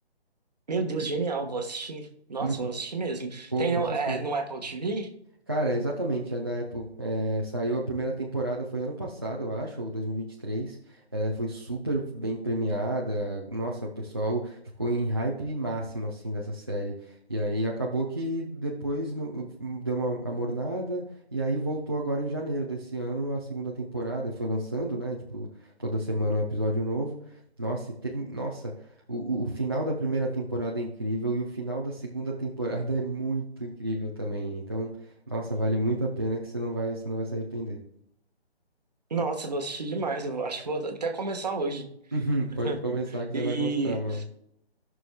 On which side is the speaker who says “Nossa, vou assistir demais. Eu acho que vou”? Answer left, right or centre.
Right